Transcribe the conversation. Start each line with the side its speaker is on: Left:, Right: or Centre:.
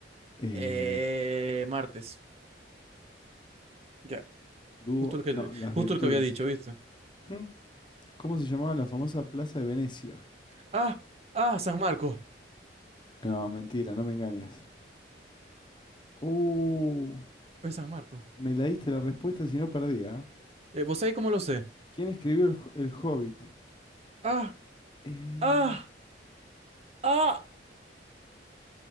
Left: Eh,
Right: Eh, martes. Ya.
Left: dúo,
Right: Justo el que,
Left: no, las
Right: justo
Left: virtudes.
Right: el que había dicho, ¿viste?
Left: <laughs> ¿Cómo se llamaba la famosa Plaza de Venecia?
Right: Ah, ah, San Marcos.
Left: No, mentira, no me engañes. Uh,
Right: Es San Marcos.
Left: me la diste la respuesta si no perdía.
Right: Eh, ¿vos sabés cómo lo sé?
Left: ¿Quién escribió el, Ho- el Hobbit?
Right: Ah,
Left: Eh,
Right: ah, ah.